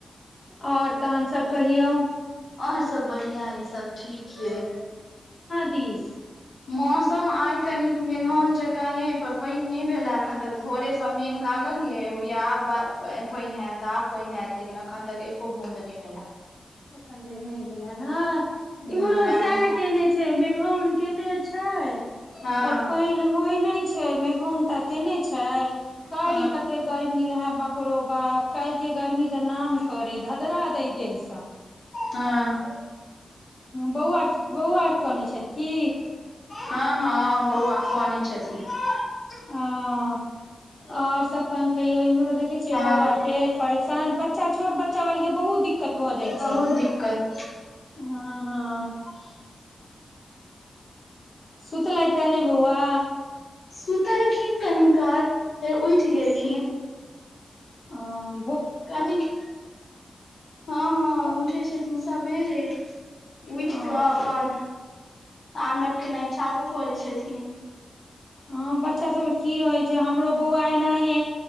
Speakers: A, on the left; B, on the left.
A: आओर तहनसभ कहियौ
B: आओर सभ बढ़िआँ अइ सभ ठीक यइ
A: तीीस <unintelligible>
B: मौसम आय कनिक मेघौन जकाँ ये पर पानि नहि भेला अखन तक भोरे सब मेघ लाग लियै या आब पानि हयत आब पान हयत लेकिन अखन तक एको बूंद नहि भेलै
A: एखन धरि नहि भेल ह नहि इमहरो
B: नहि आब
A: सएह
B: नहि।
A: केने छै मेघौन केने छै
B: हँ
A: पर पान होइ नहि छै मेघौनटा केने छै काइल
B: हँ
A: कते गर्मी रहय बाप रो बाप काल्हि केँ गर्मी तऽ नाम करय धधरा देैय देहसँ ह
B: हँ
A: बौआ बौआ कनैय छथि की
B: हँ हँ बौआ कनै छथिन
A: ह और सब तहन कहियो इमहरो देखै छियै
B: हँ
A: बौआ केँ परेशान बच्चा छोट बच्चा वाली केँ बहुत दिक्कत दिक्कत भऽ जाइ
B: बहुत
A: छै
B: दिक्कत
A: हँ हँ सूतलैथ नहि बौआ
B: सुतलखिन कनि काल फेर उठि गेलखिन
A: आ
B: कन्हिक हँ हँ उठै छथिन सबेरे उठ
A: ओ
B: कअ अपन तांडव केनाइ चालू करै छथिन
A: ह बच्चा सबकेँ की रहय छै हमरो बौआ एनाहि